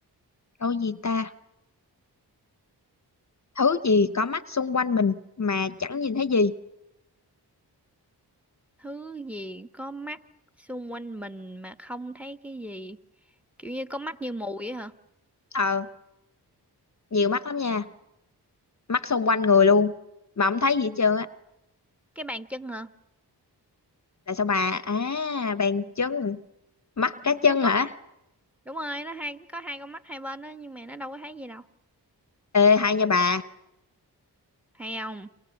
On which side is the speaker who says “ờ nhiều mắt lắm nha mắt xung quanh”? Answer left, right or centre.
Left